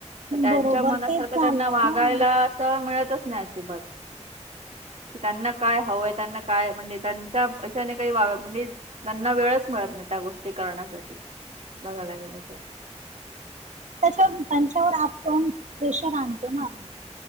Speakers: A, on the right (about 65°); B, on the right (about 85°).
A: मग त्यांच्या
B: बरोबर
A: मनासारखं
B: तेच झालं
A: त्यांना वागायला
B: हा
A: असं मिळतच नाही अजिबात. त्यांना काय हवंय त्यांना काय म्हणजे त्यांचा अशाने काही म्हणजे त्यांना वेळच मिळत नाही त्या गोष्टी करण्यासाठी बघायला गेल तर.
B: तर त्यांच्यावर आपण प्रेशर आणतो ना.
A: हम्म.